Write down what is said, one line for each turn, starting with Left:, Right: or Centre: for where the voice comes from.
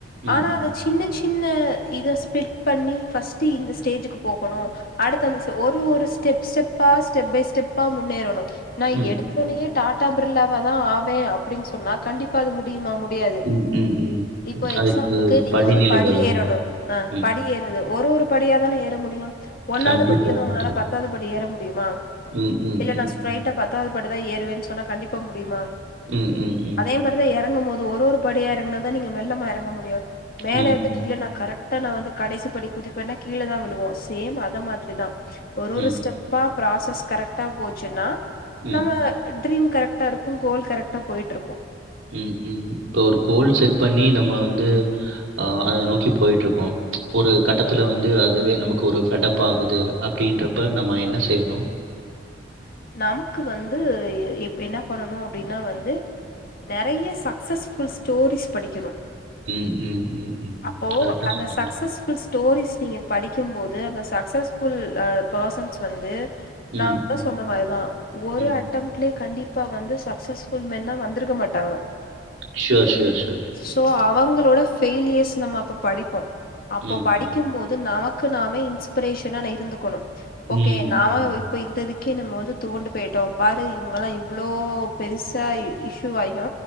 Right: ம்,
Left: ஆனா
Right: ம்.
Left: அத சின்ன சின்ன இத ஸ்பிலிட் பண்ணி ஃபர்ஸ்ட்டு இந்த ஸ்டேஜுக்கு போகணு அடுத் அந்த ஒரு ஒரு ஸ்டெப் ஸ்டெப்பா ஸ்டெப் பை ஸ்டெப்பா முன்னேறணு நா
Right: ம்,
Left: எடுத்தோனையே
Right: ம்,
Left: டாடா பிர்லாவா தா ஆவே அப்டின் சொன்னா கண்டிப் ப்ப அது முடியுமா முடியாது
Right: ம். ம், ம்.
Left: இப்ப
Right: அதுக்கு
Left: எக்ஸாம்புக்கு நீங்க
Right: படிநிலைகள்
Left: வந்து படி ஏறணு
Right: வரும்.
Left: ஆ
Right: ம்.
Left: படி ஏறது ஒரு ஒரு படியா தானே ஏற முடியும் ஒன்னாவது
Right: கண்டிப்பா,
Left: படில்ல இருந்து உங்ளால
Right: கண்டிப்பா.
Left: பத் பத்தாது படி ஏற முடியுமா
Right: ம், ம்,
Left: இல்ல
Right: ம்,
Left: நா ஸ்ட்ரரைட்டா
Right: ம்.
Left: பத்தாது படிதா ஏறுவே சொன்னா கண்டிப்பா முடியுமா
Right: ம் ம் ம்
Left: அதே மாரிதா இறங்கு போது ஒரு ஒரு படியா இறங்கினாதா நீங்க மெல்லமா இறங்க முடியு மேல
Right: ம்,
Left: இருந்துட்டு
Right: ம்,
Left: இல்லனா கரெக்டா நா வந்து கடைசி படி குதிப்பெனா கீழதா விழுவோ சேம் அத மாதிரிதா ஒரு ஒரு
Right: ம்,
Left: ஸ்டெப்பா ப்ராசஸ் கரெக்டா போச்சுன்னா
Right: ம்,
Left: நம்ம ட்ரீம் கரக்டா இருக்கு கோல் கரெக்டா போயிட்டு இருக்கு
Right: ம் ம் இப்ப ஒரு கோல் செட் பண்ணி நம்ம வந்து ஆ அத நோக்கி போயிட்ருக்கோ ஒரு கட்டத்துல வந்து அதுவே நமக்கு ஒரு ஃபெடப் ஆகுது அப்டின்றப்ப நம்ம என்ன செய்ணு
Left: நமக்கு வந்து எப்டி எனா பண்ணணு அப்டின்னா வந்து நெறைய சக்சஸ்ஃபுல் ஸ்டோரிஸ் படிக்கணு
Right: ம், ம், ம், ம்.
Left: அப்போ
Right: கரெக்ட்டா
Left: அந்த
Right: சொன்னீங்க.
Left: சக்சஸ்ஃபுல் ஸ்டோரிஸ் நீங்க படிக்கும்போது அந்த சக்சஸ்ஃபுல் பர்சன்ஸ் வந்து
Right: ம்
Left: நான் மொத
Right: ம்,
Left: சொன்ன மாரிதா ஒரு
Right: ம்.
Left: அ ட்டம்லேயே கண்டிப்பா வந்து சக்சஸ்ல் ஃபுல் மென்னா வந்துருக்க மாட்டாங்க
Right: சோர் சோர் சோர்
Left: சோ அவங்களோட ஃபெயலியர்ஸ் நம்ம அப்ப படிப்போ அப்போ
Right: ம்,
Left: படிக்கும்போது
Right: ம்.
Left: நமக் கு நாமே இன்ஸ்பிரேஷனா இருந்துக்கணு
Right: ம்.
Left: ஓகே நாம
Right: ம்.
Left: இப்ப இந்ததுக் கே நம்ம வந்து துவண்டு போயிட்டோ பாரு இவுங்க எல்லா இவ்ளோ பெருசா இஷயூ ஆயு